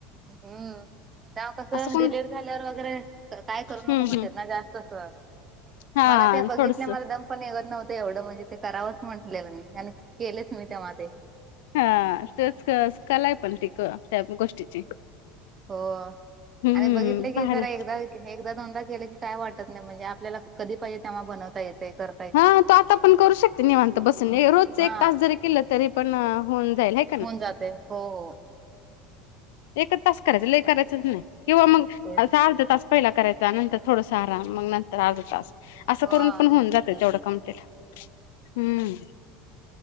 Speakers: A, on the right; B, on the left.
A: हम्म. तेव्हा कसं
B: असं कोण
A: डिलेवरी झाल्यावर वगैरे काय करू नको
B: हम्म
A: म्हणतेेत
B: हम्म
A: ना जास्त असं
B: हा
A: मला ते बघितल्या
B: थोडस
A: मला दम पण निगत नव्हत एवढं म्हणजे ते करावं म्हटलेलं मी आणि केलेच मी तेव्हा ते
B: हा तेच क कलाय पण ती त्या गोष्टीची.
A: हो
B: हम्म
A: आणि बघितलं की
B: भारी
A: जरा एकदा हे एकदा दोनदा केले की काय वाटत नाय म्हणजे आपल्याला कधी पायजे तेव्हा बनवता येते कर
B: हा तो आता पण करू शकते निवांत बसून रोजच
A: हा
B: एक तास जरी केलं तरी पण होऊन जाईल हे
A: होऊन जाते हो हो.
B: एकच तास करायचं लय करायचंच नाय किंवा मग
A: तेच
B: असा अर्धा तास पहिला करायचा नंतर थोडस आराम मग नंतर अर्धा तास असं
A: हो
B: करून पण होऊन
A: तेच
B: जात.
A: की
B: तेवढं काम केल हम्म